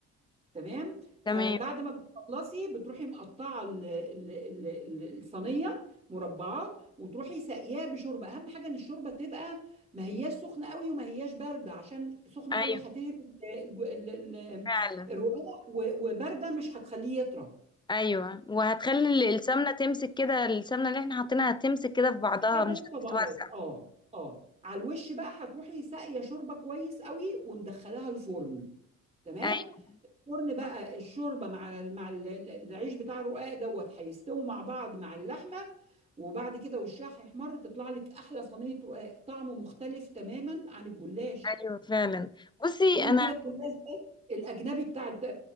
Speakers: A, on the right; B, on the left.
A: تمام فبعد
B: تمام
A: ما بتخلصي بتروحي مقطعه ال- ال- ال- ال- الصينيه مربعات وتروحي ساقياه بشوربه اهم حاجه ان الشوربه تبقى ما هياش سخنه قوي وما هياش بارده عشان سخنه
B: ايوه
A: قوي هتهري الج- ال- ال-
B: فعلا
A: الرقاق و- وبارده مش هتخليه يطرى
B: ايوه وهتخلي ال- السمنه تمسك كده السمنه اللي احنا حاطينها هتمسك كده في بعضها
A: ده بين
B: مش
A: الطبقات
B: هتتوزع
A: اه اه على الوش بقى هتروحي ساقيه شوربه كويس قوي ومدخلاها الفرن تمام
B: ايوه
A: الفرن بقى الشوربه مع ال- مع ال- ال- العيش بتاع الرقاق دوت هيستووا مع بعض مع اللحمه وبعد كده وشها هيحمر تطلع لك احلى صينيه رقاق طعمه مختلف تماما عن الجلاش
B: ايوه فعلا بصي
A: بيقول
B: انا
A: كده
B: <laughs>
A: الجلاش ده الاجنبي بتاع الت...